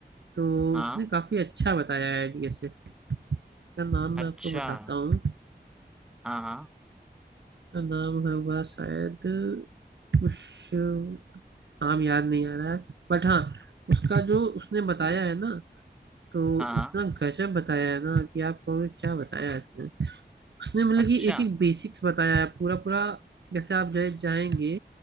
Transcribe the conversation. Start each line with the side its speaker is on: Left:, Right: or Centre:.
Right: तो
Centre: हाँ
Right: उसने काफी अच्छा बताया है डीएसए उसका नाम
Centre: अच्छा
Right: मैं आपको बताता
Centre: हाँ
Right: हूँ
Centre: हाँ
Right: उसका नाम होगा शायद कुछ नाम याद नहीं आ रहा है बट हाँ उसका जो उसने बताया है ना तो
Centre: हाँ हाँ
Right: उतना गजब बताया है ना कि आप कहोगे क्या बताया है इसने उसने मतलब
Centre: अच्छा
Right: कि एक एक बेसिक्स बताया है पूरा पूरा जैसे आप जाए जाएंगे